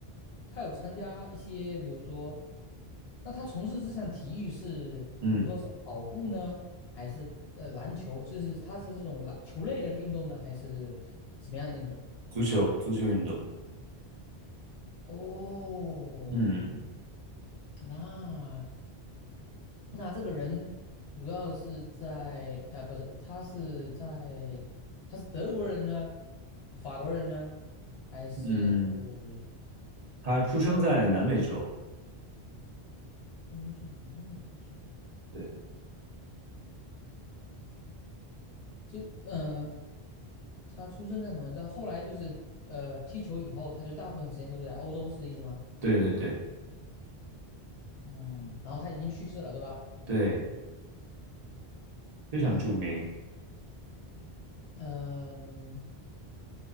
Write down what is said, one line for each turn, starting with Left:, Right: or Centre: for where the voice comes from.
Left: 他有参加一些，比如说，那他从事这项体育是，
Right: 嗯，
Left: 比如说是跑步呢，还是呃篮球？就是他是这种篮球类的运动呢，还是什么样的运动？
Right: 足球足球运动，
Left: 哦，
Right: 嗯
Left: 那那这个人主要是在呃，不是，他是在他是德国人呢，法国人呢，还是
Right: 嗯。他出生在南美洲，
Left: 嗯在南美洲？
Right: 对
Left: 就嗯、呃他出生在什么？但后来就是呃，踢球以后，他就大部分时间都是在欧洲，是这意思吗？
Right: 对对对
Left: 嗯，然后他已经去世了，对吧？
Right: 对，非常著名，
Left: 哦，嗯，